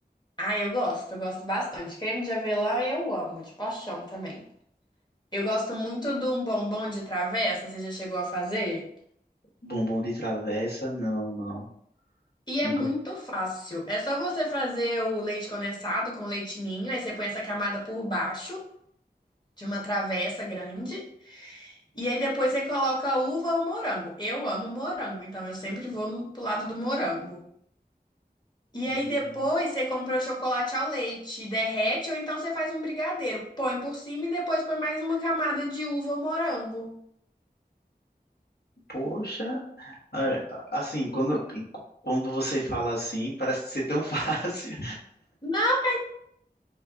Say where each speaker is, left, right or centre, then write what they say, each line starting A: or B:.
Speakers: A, on the left; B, on the left.
A: Ai, eu gosto, eu gosto bastante. Creme de avelã eu amo, de paixão também. Eu gosto muito de um bombom de travessa, você já chegou a fazer?
B: Bombom de travessa, não, não.
A: E
B: Nunca.
A: é muito fácil. É só você fazer o leite condensado com leite ninho, aí você põe essa camada por baixo de uma travessa grande. E aí depois você coloca uva ou morango. Eu amo morango, então eu sempre vou no- pro lado do morango. E aí
B: Hum,
A: depois você compra o chocolate ao leite, derrete, ou então você faz um brigadeiro, põe por cima e depois põe mais uma camada de uva ou morango.
B: Poxa, é, assim, quando, quando você fala assim, parece ser tão <laughs> fácil.
A: Não,